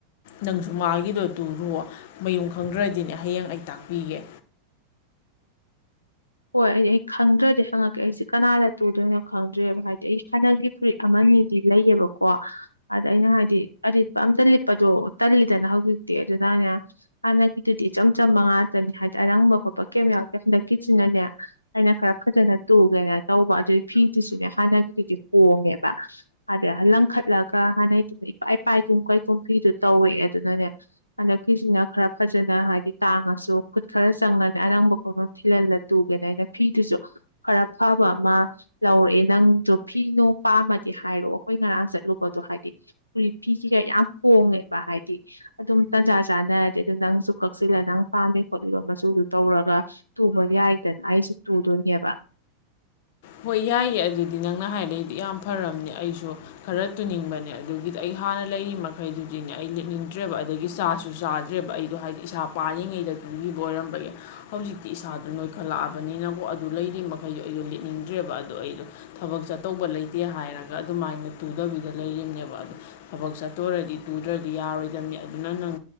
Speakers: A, on the left; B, on the left.
A: ꯅꯪꯁꯨ ꯃꯥꯒꯤꯗꯣ ꯇꯨꯔꯣ ꯃꯌꯨꯝ ꯈꯪꯗ꯭ꯔꯗꯤꯅꯦ ꯍꯌꯦꯡ ꯑꯩ ꯇꯥꯛꯄꯤꯒꯦ
B: ꯍꯣꯏ ꯑꯩ ꯑꯩ ꯈꯪꯗ꯭ꯔꯗꯤ ꯍꯪꯉꯛꯀꯦ ꯑꯩꯁꯦ ꯀꯅꯥꯗ ꯇꯨꯗꯣꯏꯅꯣ ꯈꯪꯗ꯭ꯔꯔꯤꯦꯕ ꯍꯥꯏꯗꯤ ꯑꯩ ꯍꯥꯟꯅꯒꯤ ꯐꯨꯔꯤꯠ ꯑꯃꯅꯤꯗꯤ ꯂꯩꯌꯦꯕꯀꯣ ꯑꯗ ꯑꯩꯅ ꯍꯥꯏꯗꯤ ꯑꯔꯤꯠꯄ ꯑꯝꯇ ꯂꯤꯠꯄꯗꯣ ꯇꯜꯂꯤꯗꯅ ꯍꯧꯖꯤꯛꯇꯤ ꯑꯗꯨꯅꯅꯦ ꯍꯥꯟꯅꯒꯤꯗꯨꯗꯤ ꯏꯆꯝ ꯆꯝꯕ ꯉꯥꯛꯇꯅꯤ ꯍꯥꯏꯗꯤ ꯑꯔꯪꯕ ꯈꯣꯠꯄ ꯀꯩꯝ ꯌꯥꯎꯔꯛꯇꯦ ꯍꯟꯗꯛꯀꯤ ꯁꯤꯅꯅꯦ ꯑꯩꯅ ꯈꯔ ꯐꯖꯅ ꯇꯨꯒꯦꯅ ꯇꯧꯕ ꯑꯗꯨꯒꯤ ꯐꯤꯗꯨꯁꯨꯅꯦ ꯍꯥꯟꯅꯒꯤꯗꯨꯗꯤ ꯍꯣꯡꯉꯦꯕ ꯍꯥꯏꯗ ꯂꯪꯈꯠꯂꯒ ꯍꯥꯟꯅꯒꯤꯗꯨꯅ ꯏꯄꯥ ꯏꯄꯥꯏꯒꯨꯝ ꯀꯩꯒꯨꯝ ꯐꯤꯗꯨ ꯇꯧꯋꯦꯑꯦ ꯑꯗꯨꯅꯅꯦ ꯍꯟꯗꯛꯀꯤꯁꯤꯅ ꯈꯔ ꯐꯖꯅ ꯍꯥꯏꯗꯤ ꯇꯥꯡꯉꯁꯨ ꯈꯨꯠ ꯈꯔ ꯆꯪꯅꯅꯦ ꯑꯅꯪꯕ ꯈꯣꯠꯐꯝ ꯏꯤꯜꯍꯜꯂ ꯇꯨꯒꯦꯅ ꯑꯩꯅ ꯐꯤꯗꯨꯁꯨ ꯈꯔ ꯐꯕ ꯑꯃ ꯂꯧꯔꯛꯑꯦ ꯅꯪꯁꯨ ꯐꯤꯅꯣ ꯄꯥꯝꯃꯗꯤ ꯍꯥꯏꯔꯛꯑꯣ ꯑꯈꯣꯏ ꯉꯔꯥꯡ ꯆꯠꯂꯨꯕꯗꯣ ꯍꯥꯏꯗꯤ ꯍ ꯐꯤ ꯀꯀ ꯌꯥꯝ ꯍꯣꯡꯉꯦꯕ ꯍꯥꯏꯗꯤ ꯑꯗꯨꯝ ꯇꯟꯖꯥ ꯆꯥꯅꯔꯗꯤ ꯑꯗꯨ ꯅꯪꯁꯨ ꯀꯛꯁꯤꯜꯂ ꯅꯪ ꯄꯥꯝꯃꯤ ꯈꯣꯠꯂꯤꯕ ꯃꯆꯨꯗꯨ ꯇꯧꯔꯒ ꯇꯨꯕ ꯌꯥꯏꯗꯅ ꯑꯩꯁꯦ ꯇꯨꯗꯣꯏꯅꯦꯕ
A: ꯍꯣꯏ ꯌꯥꯏꯌꯦ ꯑꯗꯨꯗꯤ ꯅꯪꯅ ꯍꯥꯏꯗꯤ ꯑꯩꯗꯤ ꯌꯥꯝ ꯐꯔꯕꯅꯦ ꯑꯩꯁꯨ ꯈꯔ ꯇꯨꯅꯤꯡꯕꯅꯦ ꯑꯗꯨꯒꯤꯗꯤ ꯑꯩ ꯍꯥꯟꯅ ꯂꯩꯔꯤ ꯃꯈꯩꯗꯨꯗꯤꯅꯦ ꯑꯩ ꯂꯤꯠꯅꯤꯡꯗ꯭ꯔꯦꯕ ꯑꯗꯒꯤ ꯆꯥꯁꯨ ꯆꯥꯗ꯭ꯔꯦꯕ ꯑꯩꯗꯣ ꯍꯥꯏꯗꯤ ꯏꯁꯥ ꯄꯥꯔꯤꯉꯩꯗ ꯇꯨꯈꯤꯕ ꯑꯣꯏꯔꯝꯕꯒꯤ ꯍꯧꯖꯤꯛꯇꯤ ꯏꯁꯥꯗꯣ ꯅꯣꯏꯈꯠꯂꯛꯑꯕꯅꯤꯅꯀꯣ ꯑꯗꯨ ꯂꯩꯔꯤ ꯃꯈꯩꯗꯣ ꯑꯩꯗꯣ ꯂꯤꯠꯅꯤꯡ ꯗ꯭ꯔꯦꯕ ꯑꯗꯣ ꯑꯩꯗꯣ ꯊꯕꯛ ꯆꯠꯇꯧꯕ ꯂꯩꯇꯦ ꯍꯥꯏꯔꯒ ꯑꯗꯨꯃꯥꯏꯅ ꯇꯨꯗꯕꯤꯗ ꯂꯩꯔꯤꯅꯦꯕ ꯑꯗꯣ ꯊꯕꯛ ꯆꯠꯇꯨꯔꯗꯤ ꯇꯨꯗ꯭ꯔꯗꯤ ꯌꯥꯔꯣꯏꯗꯕꯅꯤ ꯑꯗꯨꯅ ꯅꯪ